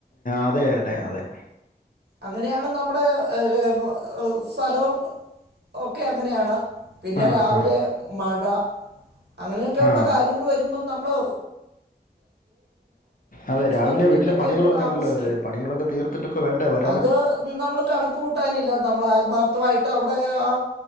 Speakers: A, on the left; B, on the right.
A: അതെ അതെ അതെ
B: അങ്ങനെയാണ് നമ്മുടെ ഇത് സ്ഥലവും ഒക്കെ അങ്ങനെയാണ് പിന്നെ
A: ആ
B: രാവിലെ
A: ആ
B: മ <unintelligible> അങ്ങനെയൊക്കെയുള്ള
A: ആ
B: കാര്യങ്ങൾ വരുമ്പോൾ നമ്മള്
A: അതെ രാവിലെ
B: പത്ത് മിനിറ്റൊക്കെ
A: വീട്ടിലെ പണികളൊക്കെ
B: ഒന്ന് താമസിക്കും
A: ഉണ്ടല്ലോ പണികളൊക്കെ തീർത്തിട്ടൊക്കെ വേണ്ടേ വ
B: അത് നമ്മൾ കണക്ക് കൂട്ടാനില്ല നമ്മൾ ആത്മാർത്ഥമായിട്ട് അവിടെ ആ